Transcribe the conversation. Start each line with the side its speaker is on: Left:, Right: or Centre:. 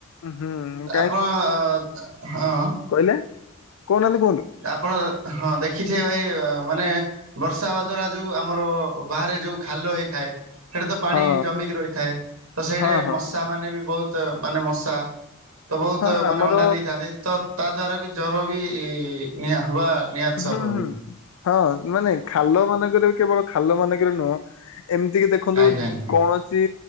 Left: ହୁଁ
Right: ଆପଣ ଅ ହଁ
Left: କଣ କହିଲେ କହୁ ନାହାନ୍ତି କୁହନ୍ତୁ?
Right: ଆପଣ ହଁ ଦେଖିଥିବେ ଭାଇ ମାନେ ବର୍ଷା ହବା ଦ୍ଵାରା ଯୋଉ ଆମର ବାହାରେ ଯୋଉ ଖାଲ ହେଇଥାଏ। ସେଇଠେ ତ ପାଣି
Left: ହଁ
Right: ଜମିକି ରହିଥାଏ ତ ସେଇଠେ
Left: ହଁ ହଁ
Right: ମଶା ମାନେ ବି ବହୁତ ମାନେ ମଶା ତ ବହୁତ
Left: ହଁ
Right: ମାନେ
Left: ଆମର
Right: ଅଣ୍ଡା ଦେଇଥାନ୍ତି। ତ ତା ଦ୍ଵାରା ବି ଜ୍ଵର ବି ନିହା ହୁଆ ବା ନିହାତି
Left: ହୁଁ
Right: ସବବି
Left: ହୁଁ ହଁ ମାନେ ଖାଲ ମାନଙ୍କରେ କେବଳ ଖାଲ ମାନଙ୍କରେ ନୁହଁ ଏମିତି କି ଦେଖନ୍ତୁ
Right: ଆଜ୍ଞା ଆଜ୍ଞା।
Left: କୌଣସି